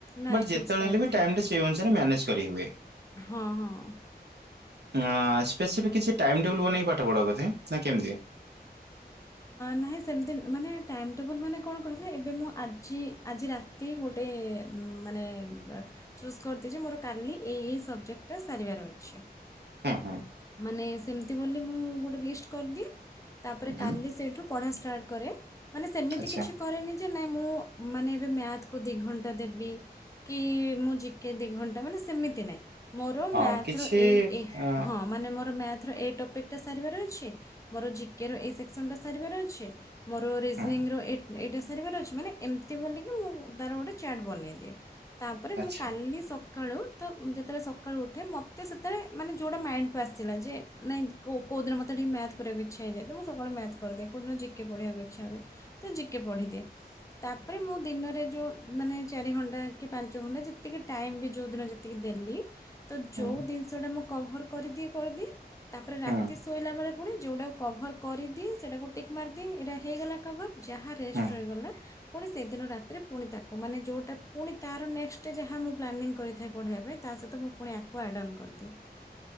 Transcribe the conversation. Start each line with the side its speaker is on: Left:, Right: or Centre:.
Left: ନାଇଁ
Right: ବଟ୍
Left: ଫିକ୍ସ
Right: ଯେତେବେଳେ
Left: ଟାଇମିଂ
Right: ହେଲେ ବି ଟାଇମ
Left: ନାହିଁ ହଁ, ହଁ।
Right: ଅ ସ୍ପେସିଫିକ୍ କିଛି ଟାଇମ୍ ଟେବୁଲ୍ ବନେଇକି ପାଠ ପଢ଼ା ବୋଧେ ନା କେମିତି?
Left: ନାହିଁ ସେମିତି ମାନେ ଟାଇମ୍ ଟେବୁଲ୍ ମାନେ କଣ କହିଲେ ଏବେ ମୁଁ ଆ ଜି ଆଜି ରାତି ଗୋଟେ ଉ ମାନେ ଚୁଜ୍ କରିଛି ତେ ମୋର କାଲି ଏଇ ଏଇ ସବଜେକ୍ଟ ଟା ସାରିବାର ଅଛି।
Right: ହଁ, ହଁ।
Left: ମାନେ ସେମିତି ବୋଲି ମୁଁ ଗୋଟେ ଲିଷ୍ଟ କରିଦିଏ ତାପରେ
Right: ହୁଁ
Left: କାଲି ସେଇଠୁ ପଢ଼ା ଷ୍ଟାର୍ଟ କରେ। ମାନେ ସେମିତି
Right: ଆଚ୍ଛା
Left: କିଛି କରେନି ଯେ ନାଇଁ ମୁଁ ମାନେ ଏବେ ମ୍ୟାଥ କୁ ଦିଇ ଘଣ୍ଟା ଦେବି। କି ମୁଁ ଜିକେ ଦି ଘଣ୍ଟା ମାନେ ସେମିତି ନାହିଁ ମୋର
Right: ଅ
Left: ମ୍ୟାଥର
Right: କିଛି
Left: ଏଇ ଏଇ
Right: ଅ
Left: ହଁ ମାନେ ମୋର ମ୍ୟାଥର ଏଇ ଟପିକ ଟପିକ ସରିବାର ଅଛି ମୋର ଜିକେ ର ଏଇ ସେକ୍ସନଟା ସରିବାର ଅଛି, ମୋର ଜି କେ ର ଏହି ସେକ୍ସନଟା ସରିବାର ଅଛି। ମୋର ରିଜନିଂ
Right: ହଁ
Left: ର ଏଇ ଏଇଟା ସା ସାରିବାର ଅଛି ମାନେ ଏମିତି ବୋଲିକି ମୁଁ ତାର ଗୋଟେ ଚାଟ୍ ବନେଇଦିଏ ତାପରେ
Right: ଆଚ୍ଛା
Left: ମୁଁ କାଲି ସକାଳେ ସକାଳୁ ତ ଯେତେବେଳେ ସକାଳୁ ଉଠେ ମୋତେ ସେତେବେଳେ ମାନେ ଯେଉଁଟା ମାଇଣ୍ଡକୁ ଆସିଲା ଯେ ନାଇଁ କୋଉ ଦିନ ମୋତେ ଟିକେ ମ୍ୟାଥ କରିବାକୁ ଇଚ୍ଛା ହେଇଯାଏ ତ ମୁଁ ସକାଳେ ମ୍ୟାଥ କରିଦିଏ କୋଉଁଦିନ ଜିକେ ପଢ଼ିବାକୁ ଇଚ୍ଛା ହୁଏ ତ ଜିକେ ପଢ଼ିଦିଏ। ତାପରେ ମୁଁ ଦିନରେ ଯେଉଁ ମାନେ ଚାରି ଘଣ୍ଟା କି ପାଞ୍ଚ ଘଣ୍ଟା ଯେତିକି ଟାଇମ୍ ବି ଯେଉଁଦିନ ଯେ ତିକି ଦେଲି ତ
Right: ହୁଁ
Left: ଯୋଉ ଜିନିଷ ଟା ମୁଁ କଭର କରିଦିଏ କରିଦିଏ। ତାପରେ ରାତି
Right: ହୁଁ
Left: ଶୋଇଲା ବେଳେ ପୁଣି ଯେଉଁଟାକୁ କଭର୍ କରିଦିଏ ସେଇଟାକୁ ଟିକ୍ ମାରିଦିଏ ଏଇଟା ହେଇଗଲା କଭର୍। ଯାହା ରେଷ୍ଟ
Right: ହୁଁ
Left: ରହିଗଲା ପୁଣି ସେହିଦିନ ରାତିରେ ପୁଣି ତାକୁ ମାନେ ଯେଉଁଟା ପୁଣି ତାର ନେକ୍ସଟ ଡେ ଯାହା ମୁଁ ପ୍ଲାନିଂ କରିଥାଏ ପଢ଼ିବା ପାଇଁ ତା ସହିତ ମୁଁ ପୁଣି ୟାକୁ ଆଡ଼ନ କରିଦିଏ।